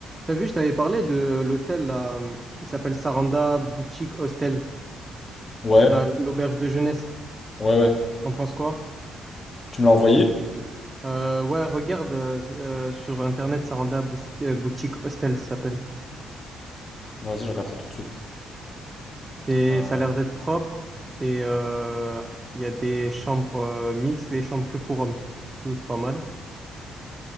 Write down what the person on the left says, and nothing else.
Ouais,
ouais, ouais.
Tu me l'as envoyé?
Vas-y, je regarde ça tout de suite.
Euh,